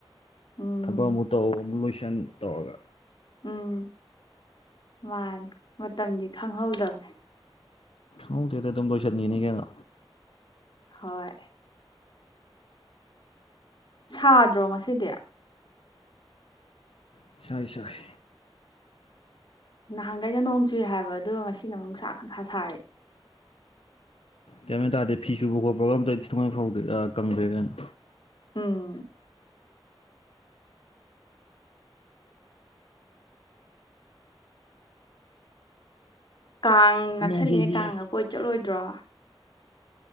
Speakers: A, on the left (about 50°); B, on the left (about 85°).
A: ꯎꯝ
B: ꯊꯕꯛ ꯑꯃꯨꯛ ꯇꯧ ꯑꯃꯨꯛ ꯂꯣꯏꯁꯟ ꯇꯧꯔꯒ
A: ꯎꯝ ꯃꯥꯅꯤ ꯃꯇꯝꯗꯤ ꯈꯪꯍꯧꯗꯕꯅꯦ
B: ꯍꯧꯗꯦꯗ ꯑꯗꯨꯝ ꯂꯣꯏꯁꯤꯟꯈꯤꯅꯤ ꯀꯩꯅꯣ
A: ꯍꯣꯏ ꯁꯥꯗ꯭ꯔꯣ ꯉꯁꯤꯗꯤ
B: ꯁꯥꯏ ꯁꯥꯏ
A: ꯅꯍꯥꯟꯈꯩꯅ ꯅꯣꯡ ꯆꯨꯏ ꯍꯥꯏꯕ ꯑꯗꯨꯒ ꯉꯁꯤꯅꯨ ꯅꯨꯡꯁꯥ ꯈꯪ ꯁꯥꯁꯥꯔꯤ
B: ꯀꯩꯝꯥꯏꯅ ꯇꯥꯔꯦ ꯐꯤ ꯁꯨꯕ ꯈꯣꯠꯄꯒ ꯑꯝꯇ ꯊꯅ ꯐꯥꯎꯗ ꯀꯪꯗ꯭ꯔꯦ ꯀꯅ
A: ꯎꯝ ꯀꯥꯡ ꯅꯛꯁꯜꯂꯦ
B: ꯅꯣꯡꯖꯨꯕꯤ
A: ꯀꯥꯡꯒ ꯀꯣꯏ ꯆꯠꯂꯣꯏꯗ꯭ꯔꯣ